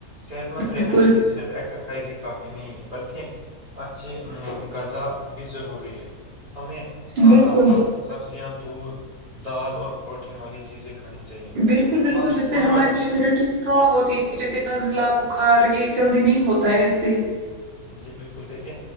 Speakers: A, on the right; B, on the right.
A: صحت مند رہنے
B: بالکل
A: کے لیے صرف ایکسرسائز ہی کافی نہیں ہے بلکہ اچھھی غذا بھی ضروری ہے ہمیں تازہ
B: بالکل
A: پھل سبزیاں دودھ دال اور پروٹین والی چیزیں کھانی چاہیے
B: بالکل بالکل
A: فاسٹ
B: جس
A: فوڈ
B: سے ہماری
A: اور
B: امیونٹی اسٹرانگ ہوتی ہے جیسے نزلہ بخار یہ جلدی نہیں ہوتا ہے اس سے
A: جی بالکل دیکھیے